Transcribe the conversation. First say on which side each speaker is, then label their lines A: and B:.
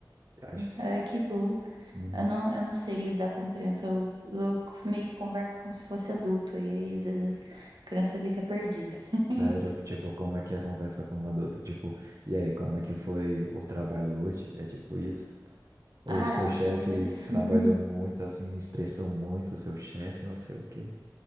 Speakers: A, on the right; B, on the right.
A: Eu Acho que...
B: é, é, que bom.
A: Uhum.
B: Eu não, eu não sei lidar com criança. Eu, eu meio que converso como se fosse adulto. E aí, às vezes, a criança fica perdida. <laughs>
A: Sério, tipo, como é que é a conversa com um adulto? Tipo, e aí, como é que foi o trabalho hoje? É tipo isso? O
B: Ah,
A: seu
B: é uns
A: chefe
B: rolês
A: trabalhou
B: assim.
A: muito, assim, estressou muito o seu chefe, não sei o quê.